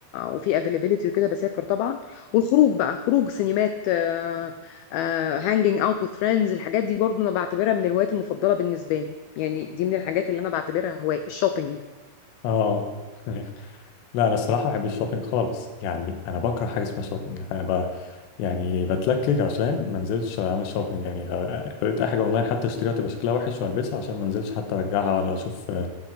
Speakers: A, on the left; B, on the left.
A: وفي افيلابيلتي وكده بسافر طبعا والخروج بقى خروج سينمات آه آه هانجينج اوت وذ فريندز الحاجات دي برضو انا بعتبرها من الهوايات المفضله بالنسبه لي يعني دي من الحاجات اللي انا بعتبرها هوايه الشوبينج
B: اه <laughs> لا انا الصراحة بحب الشوبينج خالص يعني انا بكره حاجة اسمها شوبينج انا ب يعني بتلكك عشان ما انزلش اعمل شوبينج يعني لو لو لقيت اي حاجة اونلاين حتى اشتريها تبقى شكلها وحش والبسها عشان ما انزلش حتى ارجعها ولا اشوف